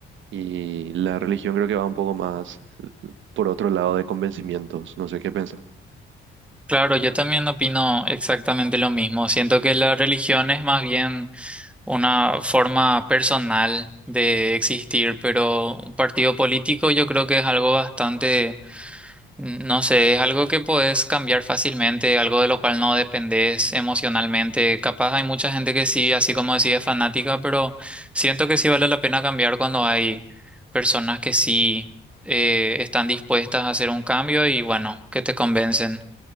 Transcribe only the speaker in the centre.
Claro, yo también opino exactamente lo mismo. Siento que la religión es más bien una forma personal de existir, pero un partido político yo creo que es algo bastante No sé, es algo que podés cambiar fácilmente, algo de lo cual no dependés emocionalmente. Capaz hay mucha gente que sí, así como decía, es fanática, pero siento que sí vale la pena cambiar cuando hay personas que sí eh, están dispuestas a hacer un cambio y bueno, que te convencen.